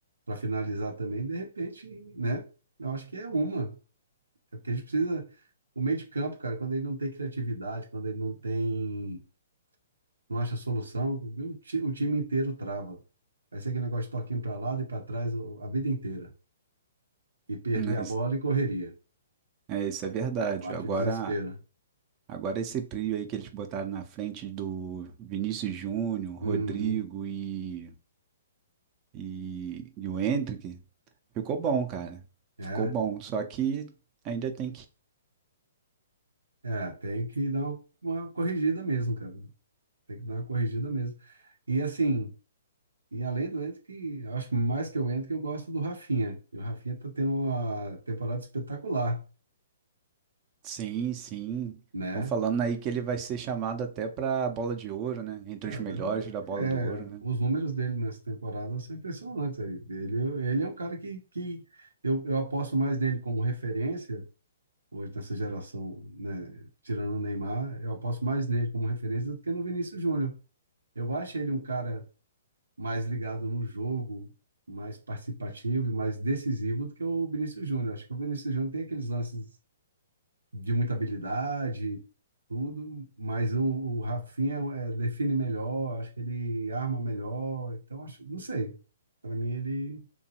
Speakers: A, on the right (about 85°); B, on the right (about 30°).
A: para finalizar também, de repente, né? Eu acho que é uma. É porque a gente precisa. O meio de campo, cara, quando ele não tem criatividade, quando ele não tem. não acha solução, viu? o ti- o time inteiro trava. Vai ser aquele negócio de toquinho para lado e para trás o- a vida inteira. E perder
B: Mas,
A: a bola e correria.
B: É, isso é verdade.
A: Bate
B: Agora
A: o desespero. né?
B: Agora esse trio aí que eles botaram na frente do Vinícius Júnior, Rodrigo
A: Uhum.
B: e, e, e o Hendrick, ficou bom, cara.
A: É,
B: Ficou bom. Só que ainda tem que.
A: é, tem que dar uma uma corrigida mesmo, cara. Tem que dar uma corrigida mesmo. E assim, e além do Ento, que eu acho mais que o Ento, que eu gosto do Rafinha. E o Rafinha tá tendo uma temporada espetacular,
B: Sim, sim.
A: né?
B: Estão falando aí que ele vai ser chamado até pra bola de ouro, né? Entre
A: Cara,
B: os melhores da bola
A: é,
B: do ouro, né?
A: os números dele nessa temporada são impressionantes aí. Ele, ele é um cara que, que eu, eu aposto mais nele como referência hoje nessa geração, né, tirando o Neymar, eu aposto mais nele como referência do que no Vinícius Júnior. Eu acho ele um cara mais ligado no jogo, mais participativo e mais decisivo do que o Vinícius Júnior. Acho que o Vinícius Júnior tem aqueles lances de muita habilidade, tudo, mas o, o Rafinha é, define melhor, acho que ele arma melhor, então acho, não sei. Para mim ele